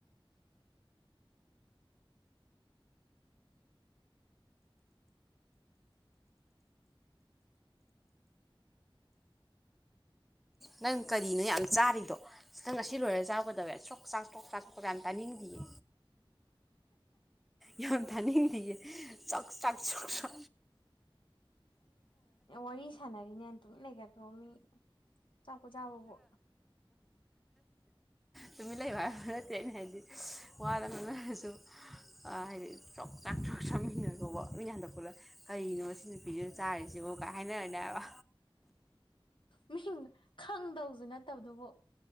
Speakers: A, in the centre; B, on the left (about 60°).
A: ꯅꯪ ꯀꯔꯤꯅꯣ ꯌꯥꯝ ꯆꯥꯔꯤꯗꯣ ꯅꯪ ꯉꯁꯤ ꯂꯣꯏꯔ ꯆꯎꯒꯗꯕ ꯁꯣꯛ ꯆꯥꯛꯣꯛ ꯆꯥꯛꯣꯛꯀ ꯌꯥꯝ ꯇꯥꯅꯤꯡꯗꯌꯦ ꯌ ꯊꯅꯤꯡꯗꯤꯒꯤ ꯆꯥꯛ ꯆꯥꯛ ꯆꯣꯛ ꯆ
B: ꯋꯥꯔꯤ ꯁꯥꯟꯅꯔꯤꯅꯦ ꯑꯗꯨ ꯂꯩꯒꯠ ꯔꯣꯃꯤ ꯆꯥꯄꯣ ꯆꯥꯕꯕ
A: ꯇꯨꯃꯤꯠ ꯂꯩꯕ ꯍꯥꯏꯁꯨ ꯅꯠꯇꯦ ꯑꯩꯅ ꯍꯥꯏꯗꯤ ꯋꯥꯗ ꯅꯟꯅꯔꯁꯨ ꯍꯥꯏꯗꯤ ꯆꯣꯛ ꯆꯥꯛ ꯆꯣꯛ ꯆꯥꯃꯤꯟꯅꯀꯣꯕ ꯃꯤꯅ ꯍꯟꯗꯛꯄꯠꯂ ꯀꯔꯤꯅꯣ ꯁꯤ ꯅꯨꯄꯤꯁꯤꯅ ꯆꯥꯔꯤꯁꯤꯕꯣ ꯀꯥꯏ ꯍꯥꯏꯅꯔꯅꯦ ꯍꯥꯏꯕ
B: ꯃꯤ ꯈꯪꯗꯧꯁꯨ ꯅꯠꯇꯕꯗꯨꯕꯨ